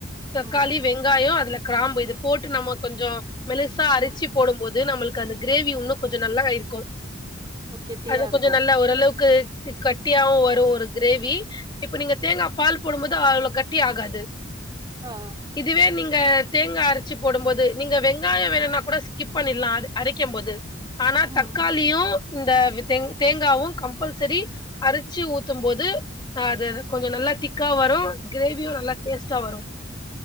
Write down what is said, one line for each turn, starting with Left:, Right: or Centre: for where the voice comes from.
Left: தக்காளிவ்
Right: ம்.
Left: வெங்காயோ அதுல காராம்பு இது போட்டு நம்ம கொஞ்சோ மெலுசா அரிச்சு
Right: ம்.
Left: போடும்போது நம்முள் க அந்த க்ரேவி உன்னோ கொஞ்சோ நல்லா இருக்கோ
Right: ஓ கெட்டியா
Left: அத
Right: இருக்கும்.
Left: கொஞ்சோ நல்லா ஓரளவுக்கு திக்கட் ட்டியாவு வரோ
Right: ஆ.
Left: ஒரு க்ரேவி இப்ப நீங்க தேங்கா பால் போடும்போது அவ்ளுக் கட்டி ஆகாது
Right: ஆ.
Left: இதுவே நீங்க தேங்கா அரச்சு போடும்போது நீங்க வெங்காயோ வேணுனா கூட ஸ்கிப் பண்ணிட்லா அது அரைக்கும் போது ஆனா
Right: ம்.
Left: தக்காளியு ம் இந்த தேங் தேங்காவு கம்பல்சரி அரிச்சு ஊத்தும்போது அது கொஞ்சோ நல்லா திக்கா வரு கிரேவியோ நல்லா டேஸ்ட்டா வரும்